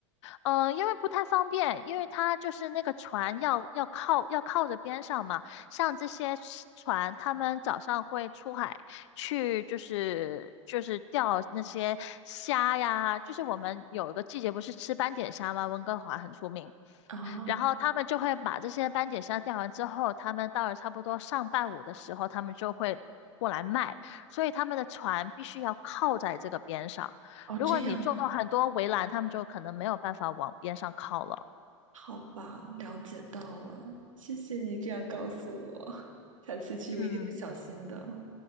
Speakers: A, on the left; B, on the right.
A: 呃，因为不太方便，因为它就是那个船要要靠要靠着边上嘛，像这些船，他们早上会出海去，就是就是钓那些虾呀，就是我们有一个季节不是吃斑点虾吗？温哥华很出名。
B: 哦
A: 然后他们就会把这些斑点虾钓完之后，他们到了差不多上半午的时候，他们就会过来卖，所以他们的船必须要靠在这个边上。
B: 哦，
A: 如果你做很多围栏，
B: 这样的，
A: 他们就可能没有办法往边上靠了。
B: 好吧，了解到了，谢谢你这样告诉我，<laughs> 下次去我一定会小心的。
A: 嗯